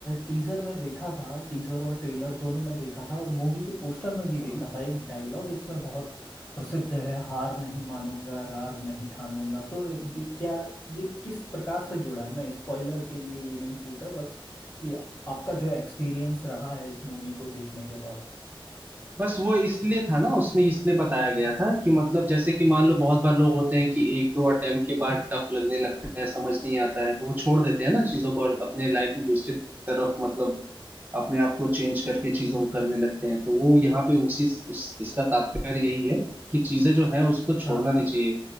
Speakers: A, on the left; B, on the right.
A: टीजर में देखा था टीजर और ट्रेलर दोनों में देखा था और मूवी के पोस्टर में भी देखा
B: हम्म,
A: था एक डायलॉग इसमें बहुत प्रसिद्ध है हार नहीं मानूंगा रार नहीं ठानूंगा तो ये क्या ये किस प्रकार से जुड़ा है मैं स्पॉइलर के लिए ये नहीं पूछ रहा बस कि आपका जो एक्सपीरियंस रहा है इस मूवी को देखने के बाद
B: बस वो इसलिए था ना उसमें इसलिए बताया गया था कि मतलब जैसे कि मान लो बहुत बार लोग होते हैं कि एक दो अटेम्प्ट के बाद टफ लगने लगता है समझ नहीं आता है तो वो छोड़ देते हैं ना चीजों को और अपने लाइफ में दूसरी तरफ मतलब अपने आप को चेंज करके चीजों को करने लगते हैं तो वो यहाँ पे उसी उस, इसका तात्पर्य यही है कि चीजें जो है उसको
A: हाँ
B: छोड़ना
A: हाँ
B: नहीं चाहिए